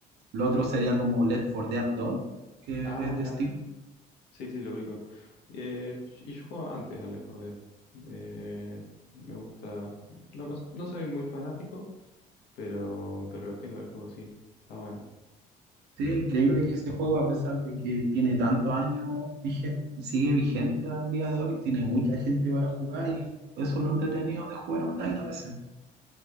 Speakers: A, on the right (about 80°); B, on the left (about 80°).
A: Lo otro sería como Left 4 Dead 2, que
B: Ah,
A: es
B: mira.
A: de Steam.
B: Sí, sí, lo ubico. Eh, y yo jugaba antes al Left 4 Dead. Eh, me gusta. No, no no soy muy fanático, pero, pero lo tengo el juego, sí. Está bueno.
A: Sí,
B: <clears throat>
A: es increíble que ese juego, a pesar de que tiene tantos años vigente, sigue vigente al día de hoy, tiene mucha gente para jugar y eso es lo entretenido de jugar online a veces.